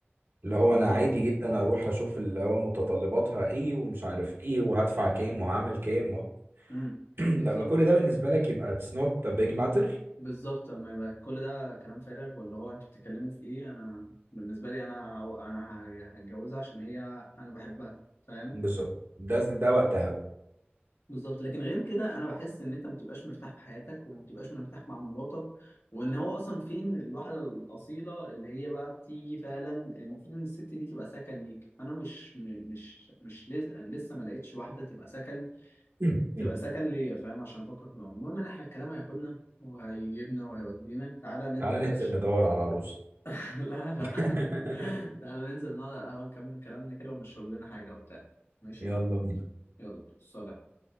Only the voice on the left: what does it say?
بالظبط
امم
بالظبط
بالظبط اما يبقى كل ده كلام فارغ واللي هو أنتوا بتتكلموا في إيه أنا بالنسبة لي أنا أنا هتجوزها عشان هي أنا بحبها فاهم
بالظبط لكن غير كده انا بحس ان انت ما بتبقاش مرتاح في حياتك وما بتبقاش مرتاح مع مراتك وان هو اصلا فين الواحده الاصيله اللي هي بقى بتيجي فعلا المفروض ان الست دي تبقى سكن ليك فانا مش م- مش مش لز- لسه ما لقيتش واحده تبقى سكن
تبقى سكن ليا فاهم عشان افكر في الموضوع. المهم ان احنا الكلام هياخدنا وهيجيبنا وهيودينا تعالى ننزل
يا
باشا
<laughs> لا لا
<laughs> تعالى ننزل نقعد على القهوه نكمل كلامنا كده ونشرب لنا حاجه وبتاع ماشي
يلا سلام